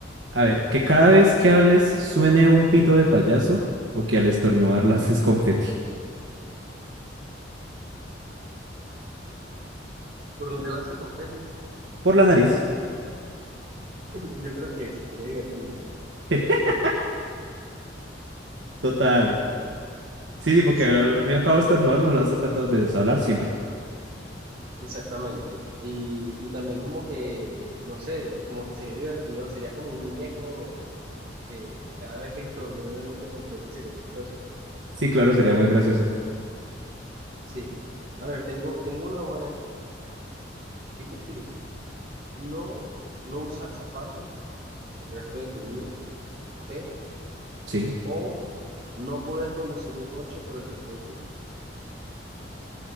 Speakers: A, on the right (about 85°); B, on the right (about 55°).
A: A ver, que cada vez que hables suene un pito de payaso o que al estornudar lances confeti
B: ¿Por dónde lanzo el confeti?
A: por la nariz.
B: <laughs> Yo creo que eso sería divertido.
A: <laughs> Total. Sí, sí, porque
B: Sí,
A: al,
B: sí, sí,
A: al fin y al cabo estornudar no lo haces tantas veces, hablar siempre.
B: exactamente. Y, y también como que, no sé, como que sería divertido, sería como un muñeco que cada vez que estornude bote confeti sería chistoso, pues.
A: Sí, claro, sería muy gracioso.
B: Sí. A ver, tengo, tengo una buena aquí. ¿Qué prefieres? No, no usar zapatos el resto de tu vida, ¿ok?
A: Sí.
B: O no poder conducir un coche por el resto de tu vida.